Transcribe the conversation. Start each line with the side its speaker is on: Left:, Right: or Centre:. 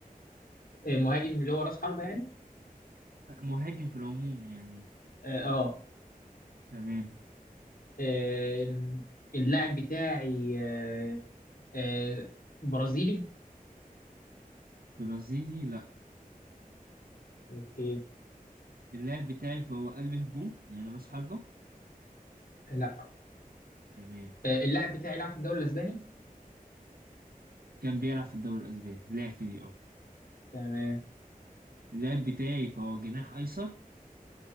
Left: آه، مهاجم اللي هو رأس حربة يعني
Right: لا مهاجم في العموم يعني
Left: اه آه.
Right: تمام
Left: آم، اللاعب بتاعي آه، آه، برازيلي
Right: برازيلي لا
Left: اوكي
Right: اللاعب بتاعي فهو قلب هجوم يعني راس حربة
Left: لا
Right: تمام
Left: آه، اللاعب بتاعي لعب في الدوري الإسباني
Right: كان بيلعب في الدوري الأسباني لاعب في دي اه
Left: تمام
Right: اللاعب بتاعي فهو جناح أيسر